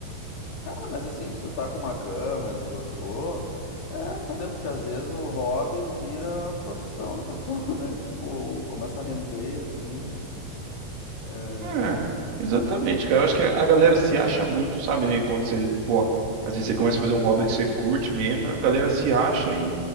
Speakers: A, on the left (about 55°); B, on the right (about 80°).
A: Cara, mas assim, se tu tá com uma câmera, tu gostou, é, entendeu? Porque às vezes o hobby vira a profissão da pessoa, <laughs> né? Tipo, começa a render, assim. é.
B: É, exatamente, cara. Eu acho que a galera se acha muito, sabe, né? Quando você, pô, às vezes você começa a fazer um hobby que você curte mesmo, a galera se acha